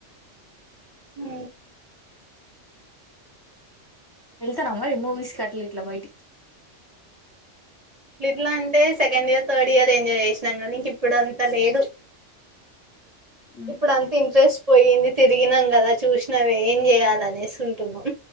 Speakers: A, on the right; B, on the left.
A: హ
B: వెళ్తార మరి మూవీస్ కట్టల ఇట్లా బయటికి
A: ట్లా అంటే second year third year enjoy చేసినం గానీ ఇంక ఇప్పుడు అంతా లేదు
B: ఉమ్.
A: ఇప్పుడు అంత ఇంట్రెస్ట్ పోయింది తిరిగినాం గదా చూసినవి ఏం చేయాలనేసింటున్నాం